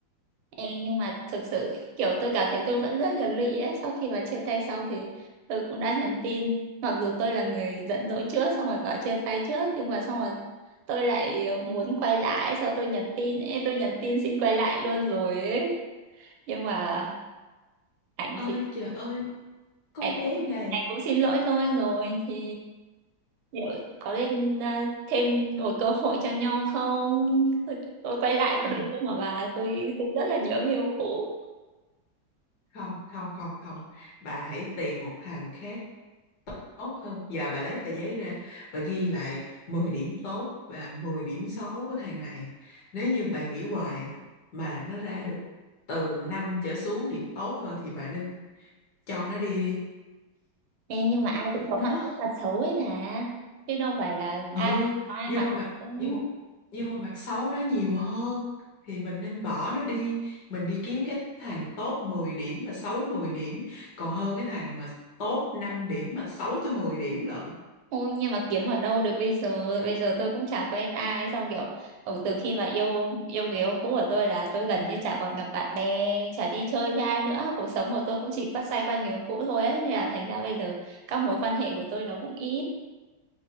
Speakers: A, on the right; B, on the left.
A: ê, nhưng mà thực sự kiểu tôi cảm thấy tôi vẫn rất là lụy ấy sau khi bà chia tay xong thì tôi cũng đã nhắn tin mặc dù tôi là người giận dỗi trước xong rồi bảo chia tay trước nhưng mà xong rồi tôi lại ờ, muốn quay lại sau tôi nhắn tin ê tôi nhắn tin xin quay lại luôn rồi ấy nhưng mà ảnh
B: ơi
A: thì
B: trời ơi con
A: anh
B: bé
A: cũng
B: này
A: anh cũng xin lỗi tôi rồi thì liệu có nên à, thêm một cơ hội cho nhau không tôi, tôi quay lại
B: không
A: có được không mà bà tôi tôi rất là nhớ người yêu cũ
B: không không không không bà hãy tìm một thằng khác tốt hơn giờ bà lấy tờ giấy ra bà ghi lại 10 điểm tốt và 10 điểm xấu của thằng này nếu như bà nghĩ hoài mà nó ra được từ 5 trở xuống điểm tốt thôi thì bà nên cho nó đi đi
A: Ê, nhưng mà ai cũng có
B: nó
A: mặt tốt mặt xấu ấy bà chứ đâu phải là
B: ừ
A: ai có ai
B: nhưng
A: mặt
B: mà mặt
A: tốt.
B: nhưng mà, nhưng mà mặt xấu nó nhiều hơn thì mình nên bỏ nó đi mình đi kiếm cái thằng tốt 10 điểm và xấu 10 điểm còn hơn cái thằng mà tốt 5 điểm mà xấu tới 10 điểm lận
A: Ôi nhưng mà kiếm ở đâu được bây giờ Bây giờ tôi cũng chả quen ai Xong kiểu ừ, từ khi mà yêu yêu người yêu cũ của tôi là tôi gần như chả còn gặp bạn bè Chả đi chơi với ai nữa Cuộc sống của tôi cũng chỉ quay xoay quanh người yêu cũ thôi ấy. Nên là thành ra bây giờ các mối quan hệ của tôi nó cũng ít